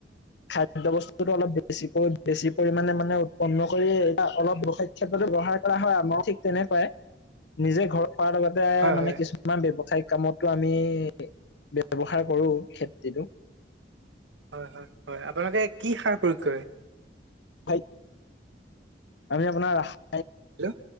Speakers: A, on the left; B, on the right.
A: খাদ্য বস্তুটো অলপ বেছিকৈ বেছি পৰিমাণে মানে উৎপন্ন কৰি এতিয়া অলপ ব্যবসায়িক ক্ষেত্ৰতো ব্যৱহাৰ কৰা হয়, আমাৰো ঠিক তেনেকুৱাই। নিজে ঘৰত খোৱাৰ লগতে
B: হয়
A: মানে
B: হয়
A: কিছু আমাৰ ব্যৱসায়িক কামতো আমি ব্যৱহাৰ কৰোঁ খেতিটো।
B: হয় হয় হয়। আপোনালোকে কি সাৰ প্ৰয়োগ কৰে?
A: হাই আমি আপোনাৰ <unintelligible>
B: হেল্ল'